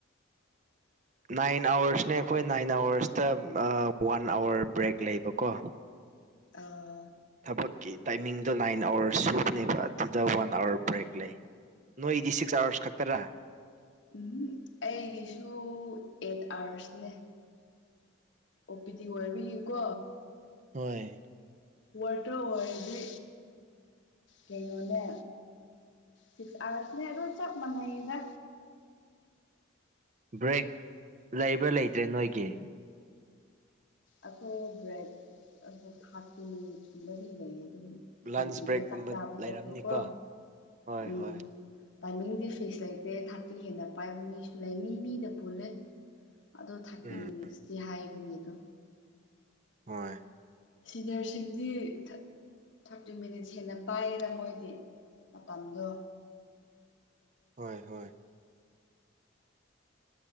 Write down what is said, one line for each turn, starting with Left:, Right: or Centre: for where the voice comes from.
Left: <inaudible>
Right: ꯅꯥꯏꯟ ꯑꯋꯥꯔꯁꯅꯦ ꯑꯩꯈꯣꯏ ꯅꯥꯏꯟ ꯑꯋꯥꯔꯁꯇ ꯑ ꯋꯥꯟ ꯑꯥꯋꯔ ꯕ꯭ꯔꯦꯛ ꯂꯩꯕꯀꯣ
Left: ꯑꯥ
Right: ꯊꯕꯛꯀꯤ ꯇꯥꯏꯃꯤꯡꯗꯣ ꯅꯥꯏꯟ ꯑꯋꯥꯔ ꯁꯨꯕꯅꯦꯕ ꯑꯗꯨꯗ ꯋꯥꯟ ꯑꯋꯥꯔ ꯕ꯭ꯔꯦꯛ ꯂꯩ ꯅꯣꯏꯗꯤ ꯁꯤꯛꯁ ꯑꯥꯋꯥꯔꯁ ꯈꯛꯇꯔꯥ
Left: ꯎꯨꯝ ꯍꯨꯝ ꯑꯩꯒꯤꯁꯨ ꯑꯦꯠ ꯑꯥꯋꯔꯁꯅꯦ ꯑꯣꯄꯤꯗꯤ ꯑꯣꯏꯕꯒꯤꯀꯣ
Right: ꯍꯣꯏ
Left: ꯋꯥꯔꯥꯗꯇ ꯑꯣꯏꯔꯗꯤ ꯀꯩꯅꯣꯗ ꯁꯤꯛꯁ ꯑꯋꯥꯔꯁꯅꯦ ꯑꯗꯣ ꯆꯞ ꯃꯥꯟꯅꯩꯗꯥ
Right: ꯕ꯭ꯔꯦꯛ ꯂꯩꯕ꯭ꯔꯥ ꯂꯩꯇ꯭ꯔꯦ ꯅꯣꯏꯒꯤ
Left: ꯑꯩꯈꯣꯏ ꯕ꯭ꯔꯦꯛ ꯑ ꯊꯥꯔꯇꯤ ꯃꯤꯅꯤꯠ ꯀꯨꯝꯕꯗꯤ ꯂꯩꯌꯦ ꯑꯗꯨꯝ ꯀꯦꯟꯇꯤꯟꯗ
Right: ꯂꯟꯁ ꯕ꯭ꯔꯦꯛꯀꯨꯝꯕ
Left: ꯆꯥꯛ ꯆꯥꯕ
Right: ꯂꯩꯔꯝꯅꯤꯀꯣ
Left: ꯆꯠꯄꯀꯣ
Right: ꯍꯣꯏ
Left: ꯎꯝ
Right: ꯍꯣꯏ
Left: ꯇꯥꯏꯃꯤꯡꯗꯤ ꯐꯤꯛꯁ ꯂꯩꯇꯦ ꯊꯥꯔꯇꯤ ꯍꯦꯟꯅ ꯄꯥꯏꯕ ꯃꯤꯁꯨ ꯂꯩ ꯃꯤ ꯃꯤꯗ ꯄꯨꯜꯂꯦ ꯑꯗꯣ ꯊꯥꯔꯇꯤ
Right: ꯎꯝ
Left: ꯃꯤꯅꯤꯠꯁꯇꯤ ꯍꯥꯏꯕꯅꯦ ꯑꯗꯣ
Right: ꯍꯣꯏ
Left: ꯁꯤꯅꯤꯌ꯭ꯥꯔꯁꯤꯡꯗꯤ ꯊꯥ ꯊꯥꯔꯇꯤ ꯃꯤꯅꯤꯠꯁ ꯍꯦꯟꯅ ꯄꯥꯏꯌꯦꯗ ꯃꯣꯏꯗꯤ ꯃꯇꯝꯗꯣ
Right: ꯍꯣꯏ ꯍꯣꯏ